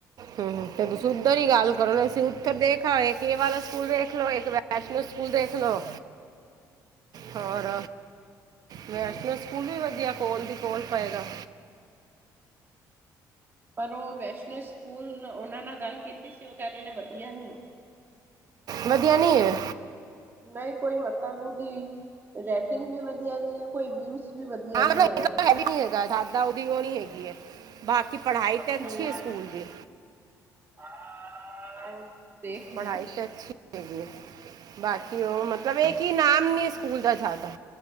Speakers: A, on the right; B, on the right.
A: ਹੂੰ ਤੇ ਤੁਸੀਂ ਉੱਧਰ ਈ ਗੱਲ ਕਰੋ ਅਸੀਂ ਉੱਥਰ ਦੇਖ ਆਏ ਕੀ ਏ ਵਾਲਾ ਸਕੂਲ ਦੇਖ ਲੋ। ਇੱਕ ਵੈੈਸ਼਼ਨੋ ਸਕੂਲ ਦੇਖ ਲੋ।
B: <inaudible>
A: ਹੋਰ ਵੈਸ਼ਨੋ ਸਕੂਲ ਵੀ ਵਧੀਆ ਕੋਲ ਦੀ ਕੋਲ ਪਏਗਾ।
B: ਪਰ ਓ ਵੈਸ਼ਨੋ ਸਕੂਲ ਓਨਾਂ ਨਾਲ ਗੱਲ ਕੀਤੀ ਸੀ, ਓ ਕੈ ਰੈ ਵਧੀਆ ਨੇ ਵਧੀਆ ਨੀ ਏ।
A: ਵਧਿਆ ਨੀ ਏ।
B: ਨਈ ਕੋਈ ਮਤਬ ਓਦੀ ਰੇਟਿੰਗ ਵੀ ਵਧੀਆ ਨੀ ਏ, ਕੋਈ ਵਿਊਜ਼ ਵੀ ਵਧੀਆ
A: ਹਾਂ ਮਤਲਬ
B: ਨਹੀਂ ਆਏ।
A: ਇੱਕਦਮ ਹੈਵੀ ਨੀ ਹੈਗਾ, ਸਾਦਾ ਓਦੀ ਓ ਨੀ ਹੈਗੀ ਏ। ਬਾਕੀ ਪੜ੍ਹਾਈ ਤੇ ਅੱਛੀ
B: ਹਮ।
A: ਏ ਸਕੂਲ ਦੀ।
B: <unintelligible> ਲੈਂਦੇ
A: ਪੜ੍ਹਾਈ ਤੇ ਅੱਛੀ ਹੈਗੀ ਏ, ਬਾਕੀ ਓ ਮਤਲਬ ਏ ਕੀ ਨਾਮ ਨੀ ਸਕੂਲ ਦਾ ਜ਼ਾਦਾ।